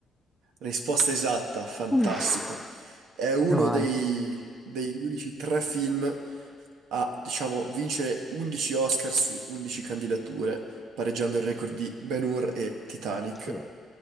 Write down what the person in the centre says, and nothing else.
Uff,
meno male.
Sì,